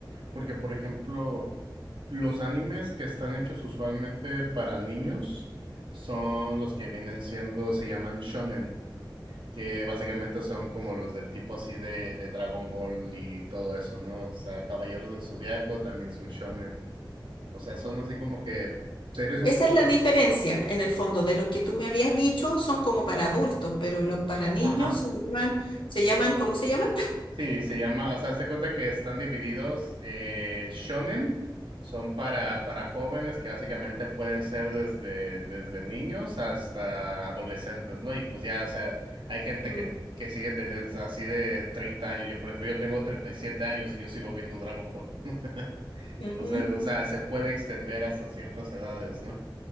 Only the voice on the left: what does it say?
Esa
es la diferencia, en el fondo, de los que tú me habías dicho son como para adultos, pero los para niños
se llaman, se llaman, ¿cómo se llaman?
Ujú,
mm,
ujú.